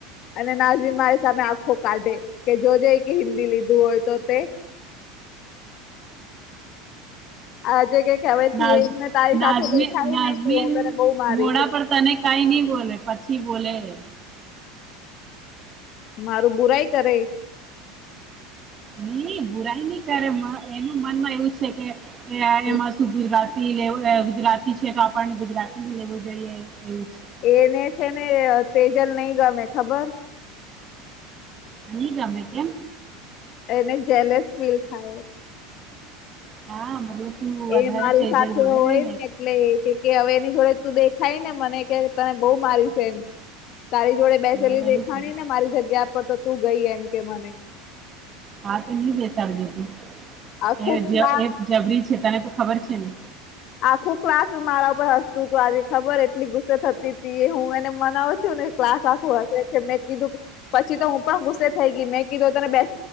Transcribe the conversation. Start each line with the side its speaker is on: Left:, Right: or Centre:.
Left: અને નાજવી મારી સામે આખો કાઢે કે જોજે કે હિન્દી લીધું હોય તો તે. આજે કે કે હવેથી
Right: <unintelligible>
Left: એને તારી સાથે દેખાય ને તો હું તને બહુ મારીશ
Right: મોડા
Left: એમ.
Right: પર તને કઈ ની બોલે પછી બોલે એ.
Left: મારું બુરાઈ કરે
Right: નહી બુરાઈ ની કરે એનું મનમાં એવું છે કે
Left: એ
Right: એમાં શું ગુજરાતી લેવ ગુજરાતી છે તો આપણને ગુજરાતી લેવું જોઈએ એવું છે
Left: એને છે ને તેજલ નઈ ગમે ખબર.
Right: ની ગમે કેમ.
Left: એને જેલેસ ફીલ થાય.
Right: હા <unintelligible>
Left: એ મારી
Right: તેજલ
Left: સાથે
Right: જોડે
Left: હોય
Right: રે
Left: ને એટલે કે હવે એની જોડે તું દેખાય ને મને કે તને બહુ મારીશ એમ. તારી જોડે બેસેલી
Right: એવું એવું
Left: દેખાણીને મારી જગ્યા પર તો તું ગઈ એમ કે મને.
Right: હા તો નહી બેસાડજેતું
Left: આખું
Right: એ
Left: પ્લાન
Right: એ જબરી છે તને તો ખબર છે ને.
Left: આખું ક્લાસ મારા ઉપર હસતું હતું આજે ખબર એટલી ગુસ્સે થતી હતી એ હું એને મનાવ છું ને ક્લાસ આખો હશે મેં કીધું પછી તો હું પણ ગુસ્સે થઈ ગઈ મેં કીધું તને બે